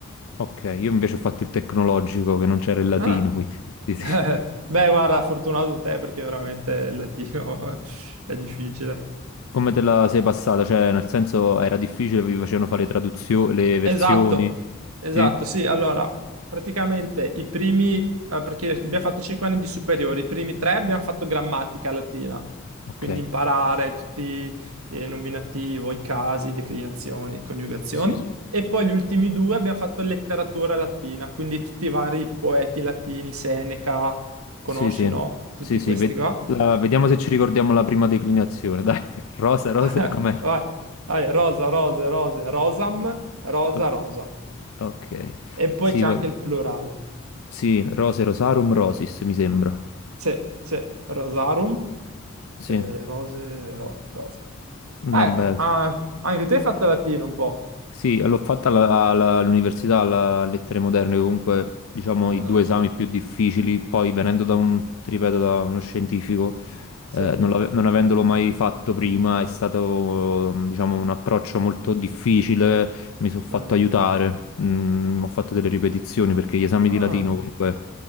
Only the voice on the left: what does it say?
Ok, io invece ho fatto il tecnologico che non c'era il latino,
quindi <laughs> sì, sì.
Come te la sei passata? Cioè, nel senso era difficile, vi facevano fare le traduzioni, le versioni?
Sì?
Ok.
Sì, sì.
Sì, sì.
Sì, sì,
ve-
la- vediamo se ci ricordiamo la prima declinazione. Dai, <laughs> rosa, rosa,
com'è?
Ok.
ok.
Sì,
va.
Sì, Rose Rosarum Rosis, mi sembra.
Sì,
vabbè.
Sì, l'ho fatta alla- alla- all'università, alla Lettere Moderne, comunque diciamo
i due esami più difficili, poi venendo da un, ti ripeto, da uno scientifico,
eh, non, l'ave- non avendolo mai fatto prima, è stato diciamo un approccio molto difficile, mi sono fatto
aiutare, mm, ho fatto delle ripetizioni perché gli esami
di latino comunque,